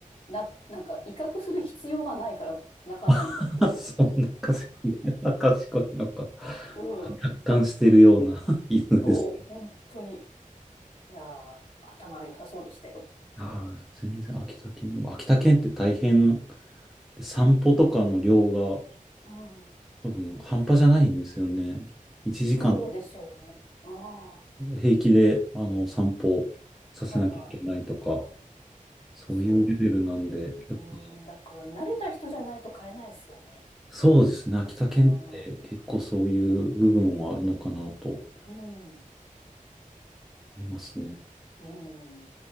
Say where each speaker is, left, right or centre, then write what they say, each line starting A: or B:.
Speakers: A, on the left; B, in the centre.
A: な、なんか威嚇する必要がないから泣かないんだって言ってました。
B: <laughs> あ、そんな賢い、あ賢いのか。
A: うん。
B: 達観してるような <laughs> 犬です。
A: そう、本当に。いやー、頭良さそうでしたよ。
B: ああ、全然秋田県でも、秋田県って大変、散歩とかの量が
A: うん。
B: 多分半端じゃないんですよね。1時間
A: そうでしょうね。ああ、
B: 平気であの散歩させなきゃいけないとか、
A: はいはい。あ、
B: そういうレベルなんで、
A: そ
B: やっぱ
A: う。うん、だから慣れた人じゃないと買えないですよね。
B: そうですね。秋田県って結構そういう部分はあるのかなと
A: ああ、うん。
B: 思いますね。
A: とうん。